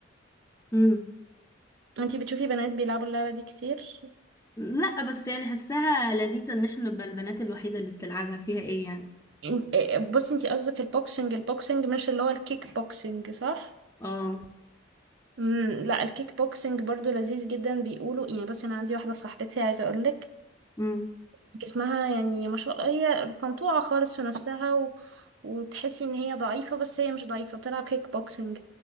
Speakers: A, on the left (about 15°); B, on the right (about 70°).
A: مم.
B: انتي بتشوفي بنات بيلعبوا اللعبة دي كتير
A: لا بس يعني حاساها لذيذة ان احنا نبقى البنات الوحيدة اللي بتلعبها فيها ايه يعني
B: انت... بصي انتي قصدك البوكسنج البوكسنج مش اللي هو الكيك بوكسنج صح؟
A: اه
B: مم، لا الكيك بوكسنج برضو لذيذ جدا بيقولوا يعني بصي انا عندي واحده صاحبتي عايزه اقول لك
A: امم
B: جسمها يعني ما شاء الله هي فنطوعة خالص في نفسها و... وتحسي ان هي ضعيفة بس هي مش ضعيفة بتلعب كيك بوكسنج